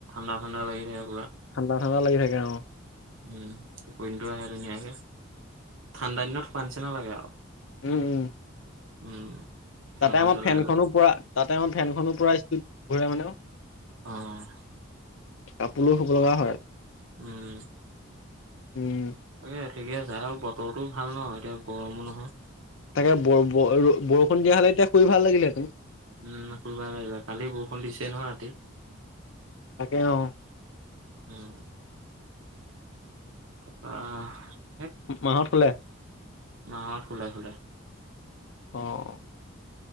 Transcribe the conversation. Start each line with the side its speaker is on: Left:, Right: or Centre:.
Right: ঠাণ্ডা ঠাণ্ডালাগি থাকে
Left: ঠাণ্ডা ঠাণ্ডা লাগি থাকে অ
Right: উম টোপনীটো আহে ধুনীয়াকে ঠাণ্ডা দিনত শুৱা নিচিনা লাগে আও
Left: উম-উম
Right: উম ফেনখন
Left: তাতে আমাৰ
Right: চলাই
Left: ফেনখনো
Right: লৈ।
Left: পুৰা তাতে আমাৰ ফেনখনো পুৰা স্পীড ঘূৰে মানেও।
Right: অ',
Left: কাপোৰো শুব লগা হয়।
Right: উম
Left: উম
Right: এই ঠিকে আছে আৰু বতৰটো ভাল ন' এতিয়া গৰমো নহয়।
Left: তাকে ব-ব-বৰ-বৰষুণ দিয়া হ'লে এতিয়া শুই ভাল লাগিলেতেন।
Right: উম, শুই ভাল লাগিল হয় কালি বৰষুণ দিছে নহয় ৰাতি।
Left: তাকে অ
Right: উম, <unintelligible>
Left: মাহত শুলে?
Right: মাহত শুলে শুলে।
Left: অ',